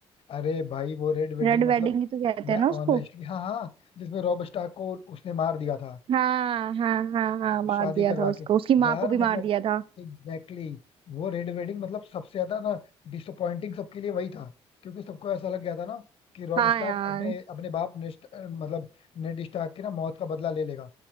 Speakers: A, on the left; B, on the right.
A: अरे भाई वो रेड वेडिंग
B: रेड
A: मतलब
B: वेडिंग ही तो कहते
A: मैं
B: हैं ना उसको
A: ऑनेस्टली हाँ हाँ जिसमें रॉब स्टार्क को उसने मार दिया था
B: हाँ हाँ हाँ हाँ मार
A: शादी
B: दिया
A: करवा
B: था उसको
A: के
B: उसकी माँ
A: यार
B: को भी
A: मतलब
B: मार दिया था
A: एग्जैक्टली exactly, वो रेड वेडिंग मतलब सबसे ज्यादा ना डिसअपॉइंटिंग सबके लिए वही था क्योंकि सबको ऐसा लग गया था ना कि रॉब
B: हाँ
A: स्टार्क
B: यार
A: अपने अपने बाप नेस्ट मतलब नेड स्टार्क की ना मौत का बदला ले लेगा